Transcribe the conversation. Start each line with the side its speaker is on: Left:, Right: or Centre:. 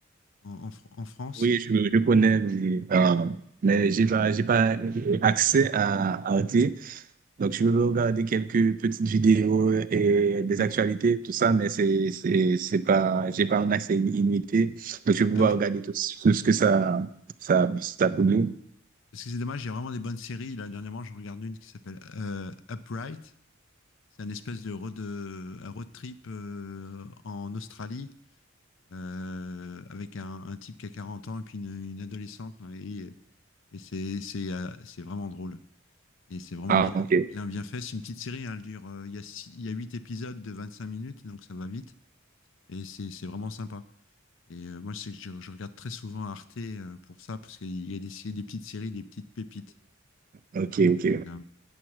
Left: en, en Fr- en France.
Right: Oui, je, je connais, mais, euh, mais j'ai pas, j'ai pas accès à à Arte. Donc, je veux regarder quelques petites vidéos et des
Left: Mais-
Right: actualités, tout ça, mais c'est, c'est, c'est pas, j'ai pas un accès illimité. Donc, je vais pouvoir
Left: ah oui.
Right: regarder tout, ce tout ce que ça, ça, ça publie.
Left: Parce que c'est dommage, il y a vraiment des bonnes séries. Là, dernièrement, j'en regarde une qui s'appelle euh, Upright. C'est un espèce de road, euh, un road trip euh, en Australie euh, avec un, un type qui a 40 ans et puis une, une adolescente. là, et et c'est c'est, euh, c'est vraiment drôle. Et c'est vraiment
Right: Ah,
Left: bien,
Right: ok.
Left: bien, bien fait. C'est une petite série. hein, elle dure, euh, il y a six- il y a 8 épisodes de 25 minutes, donc ça va vite. Et c'est c'est vraiment sympa. Et euh, moi, c'est que je, je regarde très souvent Arte euh, pour ça, parce qu'il y a des, sé- des petites séries, des petites pépites.
Right: Ok, ok.
Left: Hein.